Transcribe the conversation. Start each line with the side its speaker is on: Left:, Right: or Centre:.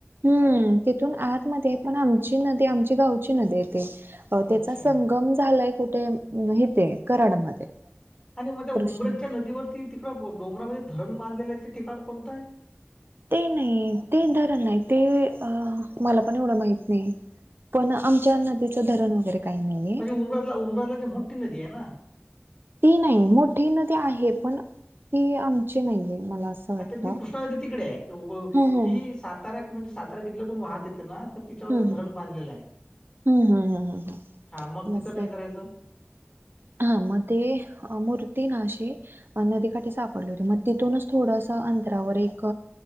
Right: हम्म! तिथून आतमध्ये आहे पण आमची नदी आमची गावची नदी आहे. अ त्याचा
Left: अच्छा
Right: संगम झालाय कुठे इथे कराडमध्ये.
Left: आणि मग त्या
Right: कृष्णा.
Left: उमरेजच्या नदीवरती तिकडं डोंगरामध्ये धरण बांधलेल्याचे ठिकाण कोणतं आहे.
Right: ते नाही ते धरण आहे ते अ मला पण एवढं माहित नाही. पण आमच्या नदीचं धरण वगैरे, काही नाहीये.
Left: म्हणजे उमराला उमरातला ज मोठी नदी आहे ना?
Right: ती नाही मोठी नदी आहे पण ती आमची नाहीये, मला असं वाटतं.
Left: अ त्यात नाही कृष्णा नदी तिकडे आहे
Right: हा हा
Left: ही
Right: हा.
Left: साताऱा म्हणजे सातारा जिल्ह्यातून वाहत येते ना, आता तिच्यावरच
Right: हम्म
Left: धरण बांधलेलं आहे.
Right: हम्म हम्म हम्म हम्म हम्म
Left: हा मग
Right: हम्म
Left: तिथं
Right: असंय
Left: काय करायचं.
Right: हा मग ते मूर्ती ना अे नदीकाठी सापडले होते मग तिथूनच थोडस अंतरावर एक